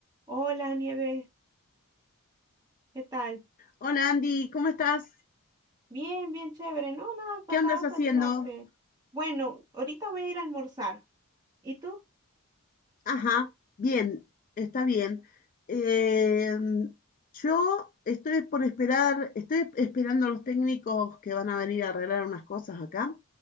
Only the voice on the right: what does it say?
Hola, Nieves, ¿qué tal?
Bien, bien chévere. No, nada, pasaba
a saludarte.
Bueno, ahorita voy a ir a almorzar. ¿Y tú?